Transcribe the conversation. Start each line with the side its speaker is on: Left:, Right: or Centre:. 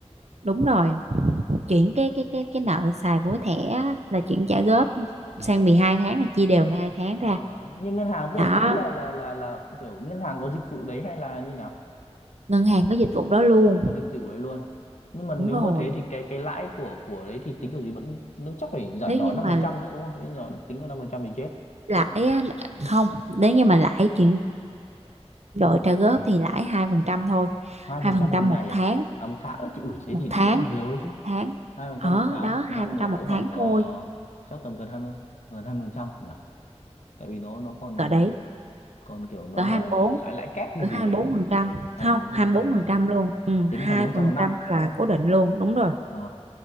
Right: đúng rồi chuyển cái cái cái cái nợ xài vối thẻ á, là chuyển trả góp sang mười hai tháng là chia đều 12 tháng
Left: Ờ,
Right: ra
Left: nhưng ngân hàng tức
Right: đó
Left: là cái đấy là là là là kiểu ngân hàng có dịch vụ đấy hay là như nào
Right: ngân hàng có dịch vụ đó luôn
Left: họ có dịch dịch vụ đấy luôn nhưng mà nếu
Right: đúng rồi
Left: mà thế thì cái cái lãi của của đấy thì tính kiểu gì vẫn nếu chắc phải giả
Right: nếu
Left: nhỏ
Right: như
Left: năm
Right: mà
Left: phần trăm chứ đúng không Nếu nhỏ tính là năm phần trăm thì chết
Right: lãi
Left: Ừ.
Right: á,
Left: Này,
Right: không nếu như mà lãi chuyển đổi trả góp thì lãi hai phần trăm thôi
Left: hai
Right: hai
Left: phần
Right: phần
Left: trăm
Right: trăm
Left: một ngày
Right: một tháng
Left: à à một tháng ớt thì ủi thế
Right: một
Left: thì
Right: tháng
Left: đỡ nhiều ấy chứ
Right: một tháng
Left: hai phần
Right: ở
Left: trăm một tháng
Right: đó
Left: một năm
Right: hai phần
Left: là
Right: trăm một
Left: cỡ
Right: tháng
Left: khoảng ờ,
Right: thôi
Left: chắc tầm gần hai mươi gần hai mươi phần trăm nhỉ tại vì nó nó còn
Right: cỡ đấy
Left: còn kiểu nó
Right: cỡ hai
Left: gọi là
Right: bốn
Left: lãi lãi kép hay
Right: cỡ
Left: gì
Right: hai
Left: đấy
Right: bốn phần trăm
Left: hai
Right: không
Left: mươi bốn
Right: hai
Left: phần trăm
Right: bốn phần trăm luôn ừ,
Left: tính
Right: 2
Left: hai mươi bốn
Right: phần
Left: phần trăm một năm
Right: trăm là cố định luôn đúng rồi
Left: Ờ,